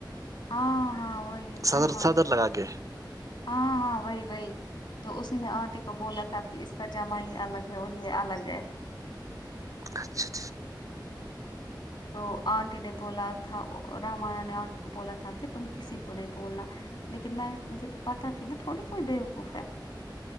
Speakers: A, on the left; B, on the right.
A: ہاں ہاں وہی رحمان
B: صدر صدر لگا کے
A: ہاں ہاں وہی وہی تو اس نے آنٹی کو بولا تھا کہ اس کا جاما ہی الگ ہے اور یہ الگ ہے
B: اور خ
A: تو آنٹی نے بولا تھا رمانہ نے آنٹی کو بولا تھا کہ تم کسی کو نہیں بولنا لیکن میں مجھے تو پتاہ تھی نا تھوڑی کوئی بیوقوف ہے